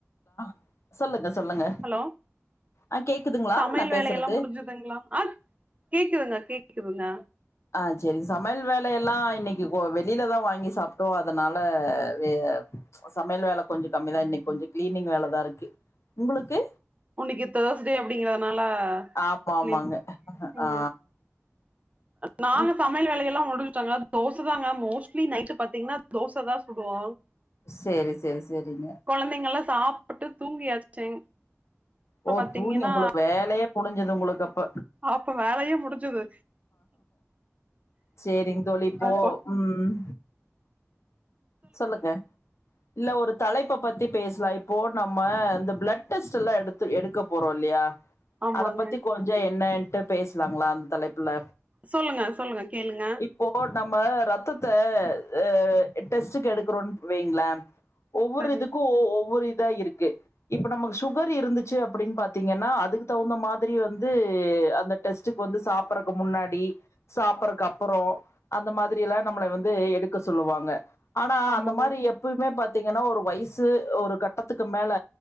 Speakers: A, on the left (about 65°); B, on the right (about 30°).
A: <unintelligible> சொல்லுங்க சொல்லுங்க
B: ஹலோ
A: அ கேக்குதுங்களா
B: சமையல்
A: நா பேசுறது
B: வேலையெல்லா முடிஞ்சுதுங்களா ஆ கேக்குதுங்க கேக்குதுங்க
A: ஆ செரி சமையல் வேல எல்லா இன்னைக்கு ஓ வெளியிலதா வாங்கி சாப்ட்டோம் அதனால எ சோ சமையல் வேல கொஞ்சோ கம்மிதான் இன்னை கொஞ்சோ கிளீனிங் வேலதான் இருக்கு உங்களுக்கு
B: ஓ இன்னைக்கு தேர்ஸ்டே அப்டிங்கறதுனால
A: ஆமா
B: கிளீன்
A: ஆமாங்க
B: ஓ
A: ஆ
B: நானும்
A: ம்
B: சமையல் வேலைய எல்லாம் முடிச்சுட்டங்க தோச தாங்க மோஸ்ட்லி நைட்ல பாத்தீங்கன்னா தோச தா சுடுவோ
A: சேரி சேரி செரிங்க
B: கொழந்தைங்கள்லா சாப்புட்டு தூங்கியாச்சி இப்ப
A: ஓ
B: பாத்தீங்கன்னா
A: தூங்கி உங்களுக்கு வேலையே முடிஞ்சது உங்களுக்கு அப்ப
B: அப்போ வேலயே முடிஞ்சது
A: சேரிங் தோழி இப்போ
B: கொ
A: ம் சொல்லுங்க இல்ல ஒரு தலைப்ப பத்தி பேஸ்லா இப்போ நம்ம இந்த பிளெட் டெஸ்ட்டெல்லா எடுத் த்து எடுக்க போறோ இல்லியா
B: ஆமாங்க
A: அத பத்தி கொஞ்ச என்னன்ட்டு பேஸ்லாங்களா அந்த தலைப்புல
B: சொல்லுங்க சொல்லுங்க கேளுங்க
A: இப்போ நம்ம ரெத்தத்த அ டெஸ்ட்டுக்கு எடுக்கிறோன்னு வைங்ள ஒவ்வொரு
B: சரி
A: இதுக்கும் ஒவ்வொரு இதா இருக்கு இப்ப நமக்கு சுகர் இருந்து சு அப்டின் பாத்தீங்கன்னா அதுக்கு தகுந்த மாதிரி வந்து அந்த டெஸ்ட்டுக்கு வந்து சாப்பறக்கு முன்னாடி சாப்பறக்கு அப்பறோ அந்த மாதிரி எல்லா நம்மளய வந்து எடுக்க சொல்லுவாங்க ஆனா
B: ஆமாங்க
A: அந்த மாரி எப் எப்பயுமே பாத்தீங்கன்னா ஒரு வயசு ஒரு கட்டத்துக்கு மேல